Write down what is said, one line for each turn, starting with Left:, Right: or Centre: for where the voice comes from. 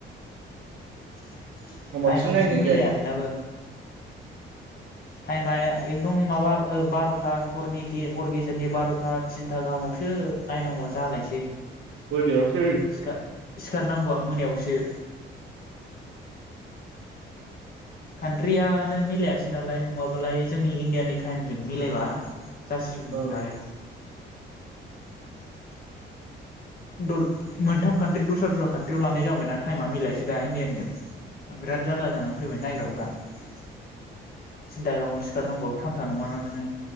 Left: <inaudible>
Right: आं बांसिन
Left: टाइमा
Right: नायनाय
Left: खिन्थु मिलाया
Right: जाया
Left: बेनाबो टाइमा ओ एकदम माबा बार'था हरनि गे हर गेजेरनि बार'था थिनथा गाहामावसो नायनांगौआ जालायसै
Right: मोनायावसो
Left: सिखार सिखारनांगौआ मोनायावसो कान्ट्रियानो मिलायासै नालाय नङाबालाय जोंनि इण्डियानि टाइमजों मिलायबा जासिगौमोन
Right: औ
Left: दायो <inaudible> दल मोनथाम कान्ट्रि दस्रा दस्रा कान्ट्रियाव लानाय जाबाय ना टाइमा मिलायासै दा इनडियानजों बिराद जारला जाना फैबाय नायग्राफ्रा थिनथा गाहामाव सिखार नांगौआबो थामसा नङाना नोङो